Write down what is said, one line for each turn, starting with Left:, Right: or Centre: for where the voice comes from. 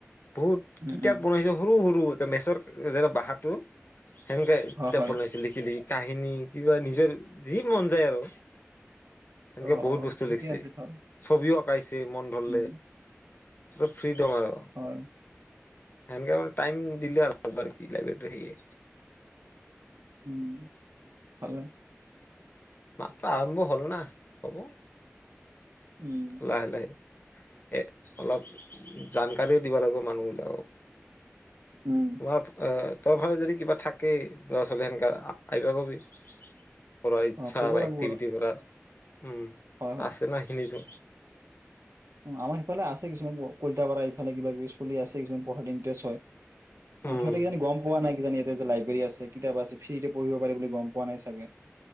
Left: বহুত
Right: উম
Left: কিতাপ
Right: উম
Left: বনাইছো সৰু-সৰু মেচৰ যেনে বাঁহাত টো সেনেকে
Right: হয়
Left: কিতাপ
Right: হয়
Left: বনাইছে লিখি-লিখি। কাহিনী কিবা নিজৰ যি মন যায় আৰু। সেনেকে
Right: অ
Left: বহুত
Right: অ
Left: বস্তু
Right: ঠিকে
Left: লিখ্ছি,
Right: আছে ভাল
Left: ছবিও আ প্ৰাইছ দে মন ধৰলে
Right: উম
Left: তফ কি থম আৰু।
Right: হয়
Left: সেনকে মানে টাইম দিলে হল, অ লাইব্ৰেৰীটো সেই
Right: উম, ভালে।
Left: মাত্ৰ আৰম্ভ হ'ল না, হব।
Right: উম
Left: লাহে-লাহে এ অলপ জানকাৰীও দিব লাগিব মানুহবিলাকক।
Right: উম
Left: অলপ অ তোৰ ফালে যদি কিবা থাকেই ল'ৰা ছোৱালী সেনেকা আইবা কবি। কৰাৰ ইচ্ছা
Right: অ ক'ব
Left: বা
Right: লাগিব
Left: এক্টিভিটি
Right: আৰু
Left: কৰাৰ উম
Right: হয় হয়
Left: আছে ন সেইখিনিতো?
Right: আমাৰ সিফালে আছে কিছুমান কলিতা পাৰা ইফালে কিবা কিবি চলি আছে। কিছুমান পঢ়াত ইন্টাৰেষ্ট হয়। অ
Left: উম
Right: সিহঁতে কিজানি গম পোৱা নাই কিজানি। যে লাইব্ৰেৰী আছে কিতাপ আছে। ফ্ৰীতে পঢ়িব পাৰি বুলি গম পোৱা নাই চাগে।